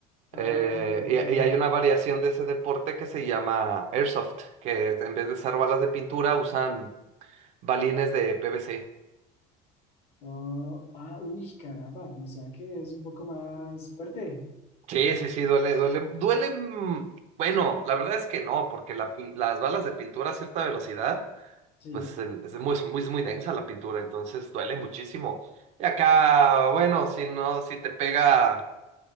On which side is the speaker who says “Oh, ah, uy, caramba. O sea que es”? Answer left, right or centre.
Left